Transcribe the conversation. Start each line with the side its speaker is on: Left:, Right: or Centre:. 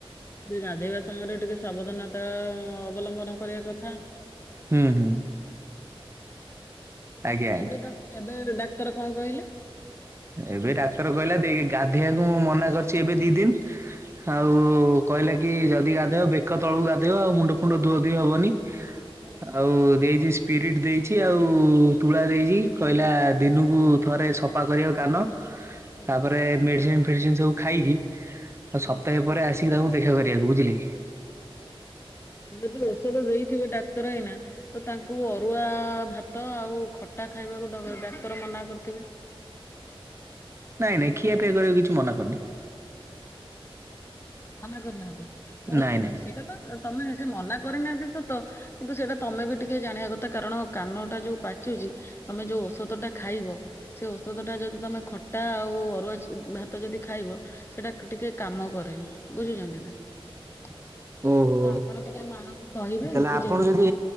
Left: ଟିକ ଗାଧୋଇବା ସମୟରେ ଟିକେ ସାବଧାନତା ଅବଲମ୍ବନ କରିବା କଥା।
Right: ହୁଁ ହୁଁ। ଆଜ୍ଞା ଆଜ୍ଞା।
Left: ଏବେ ତ ଏବେ ଡାକ୍ତର କଣ କହିଲେ?
Right: ଏବେ ଡାକ୍ତର କହିଲାଦିଇ ଗାଧେଇବାକୁ ମୁଁ ମନା କରିଛି ଏବେ ଦି ଦିନ। ହାଉ
Left: ହୁଁ
Right: କହିଲେ କି ଯଦି ଗାଧେଇବ ବେକ ତଳକୁ ଗାଧେଇବା ଆଉ ମୁଣ୍ଡ ଫୁଣ୍ଡ ଧୁଅଧୁଇ ହବନି।
Left: ହୁଁ
Right: ଆଉ ଦେଇଚି ସ୍ପିରିଟ୍ ଦେଇଛି ଆଉ ତୁଳା ଦେଇଛି କହିଲା ଦିନକୁ ଥରେ ସ ପା କରିବାକୁ କାନ
Left: ହୁଁ
Right: ତାପରେ ମେଡିସିନ ଫେଡିସିନ ସବୁ ଖାଇକି। ଆଉ
Left: ହୁଁ।
Right: ସପ୍ତାହେ ପରେ ଆସିକି ତାଙ୍କୁ ଦେଖା କରିବାକୁ ବୁଝିଲେ କି?
Left: ଏବେ ତ ଔଷଧ ଦେଇଥିବ ଡାକ୍ତର ହେଇନା। ତ ତାଙ୍କୁ ଅରୁଆ ଭାତ ଆଉ ଖଟା ଖାଇବାକୁ ଡ ଅ ଡାକ୍ତର ମନା କରିଥିବେ।
Right: ନାଇଁ ନାଇଁ ଖିଆ ପିଆ କରିବାକୁ କିଛି ମନା କରୁନି।
Left: ମନା କରିନାହାନ୍ତି
Right: ନାଇଁ ନାଇଁ।
Left: ସେଇଟା ତ ତମେ ସେ ମନା କରିନାହାନ୍ତି ସତ। କିନ୍ତୁ ସେଇଟା ତମେ ବି ଟିକେ ଜାଣିବା କଥା କାରଣ କାନଟା ଯୋଉ ପାଚୁଛି। ତମେ ଯୋଉ ଔଷଧ ଟା ଖାଇବ। ସେ ଔଷଧ ଟା ଯଦି ତମେ ଖଟା ଆଉ ଅରୁଆ ଚି ଭାତ ଯଦି ଖାଇବ। ସେଟା ଟିକେ କାମ କରେନି। ବୁଝୁଛନ୍ତି ନା ତ
Right: ଓହୋ
Left: ଆପଣ ତ ଟିକେ ମାହାଆଙ୍କୁ କହିବେ
Right: ତାହେଲେ
Left: କି
Right: ଆପଣ
Left: ଯେ
Right: ଯଦି